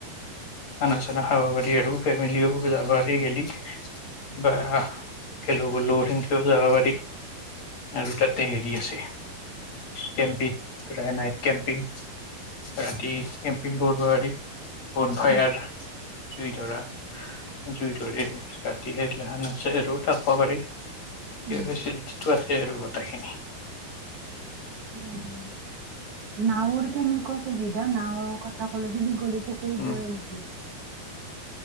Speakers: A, on the left; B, on the right.
A: খানা চানা খাব পাৰি আৰু ফেমিলিও যাব পাৰি গেলি বা লগৰ হেনকেও যাব পাৰি আৰু তাতে হেৰি আছে। কেম্পিং নাইট কেম্পিং ৰাতি কেম্পিং কৰোৱ পাৰি। গন ফায়াৰ।
B: উম,
A: জুই ধৰা জুই ধৰি ৰাতি সেই আছে আৰু থাকব পাৰি। সেই
B: উম,
A: ফেচিলিটিটো আছ সেই আৰু গোটেইখিনি।
B: উম নাৱৰ খিনি। সুবিধা নাৱৰ কথা ক'লে যে দীঘলী পুখুৰীৰ
A: উম
B: দৰে নেকি।